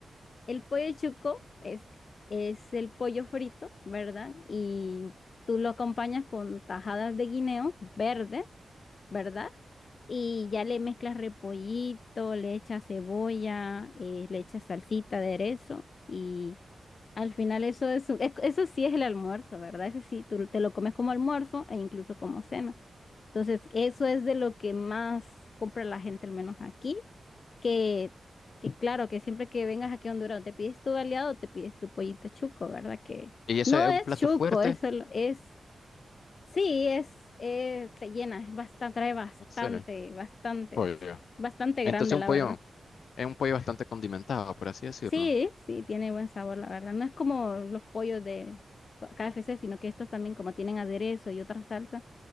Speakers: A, on the left; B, on the left.
A: el pollo chuco es, es el pollo frito, ¿verdad? Y tú lo acompañas con tajadas de guineo verde ¿verdad? Y ya le mezclas repollito, le echas cebolla, eh, le echas salsita, aderezo y al final eso es, un- es- eso sí es el almuerzo, ¿verdad? Ese sí, tú te lo comes como almuerzo e incluso como cena. Entonces, eso es de lo que más compra la gente, al menos aquí, que, que claro, que siempre que vengas aquí a Honduras o te pides tu baleado o te pides tu pollito chuco, ¿verdad? Que
B: ¿Y eso
A: no
B: es
A: es
B: un plato
A: chuco,
B: fuerte?
A: eso es, solo- es Sí, es, eh, te llena, es basta- trae bastante,
B: ¿En serio?
A: bastante,
B: Pollo.
A: bastante
B: Entonces
A: grande, la
B: un pollo,
A: verdad.
B: es un pollo bastante condimentado, por así decirlo.
A: Sí, sí, tiene buen sabor, la verdad. No es como los pollos de KFC, sino que estos también como tienen aderezo y otra salsa